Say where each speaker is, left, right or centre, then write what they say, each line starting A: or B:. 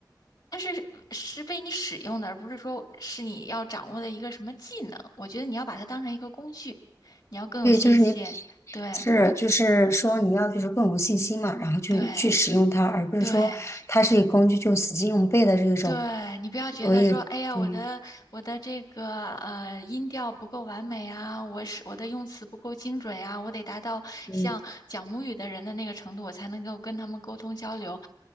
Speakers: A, on the left; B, on the left.
A: 它是是被你使用的，而不是说是你要掌握的一个什么技能。我觉得你要把它当成一个工具，你要更有信心。
B: 对，就是你
A: 对。
B: 是就是说你要就是更有信心嘛，然后去去使用它，
A: 对
B: 而不是说它是一个工具就死记硬背的这种。
A: 对对，你不要觉得说，
B: 我也对，
A: 哎呀，我的我的这个呃音调不够完美啊，我是我的用词不够精准呀、啊，我得达到像讲母语的人的那个程度，
B: 嗯。
A: 我才能够跟他们沟通交流。